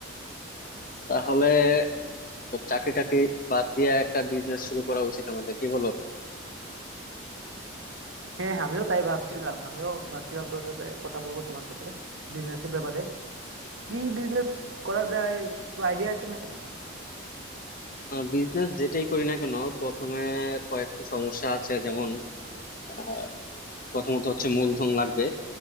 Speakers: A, on the left (about 45°); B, on the right (about 75°).
A: তাহলে সব চাকরি টাকরি বাদ দিয়ে একটা বিজনেস শুরু করা উচিত আমাদের কি বলো
B: হ্যাঁ আমিও তাই ভাবছিলাম আমিও ভাবছিলাম তোর সাথে কথা বলবো তোমার সাথে বিজনেসের ব্যাপারে কি বিজনেস করা যায় কিছু আইডিয়া আছে নাকি
A: বিজনেস যেটাই করি না কেন প্রথমে কয়েকটা সমস্যা আছে যেমন আহ, প্রথমত হচ্ছে মূলধন লাগবে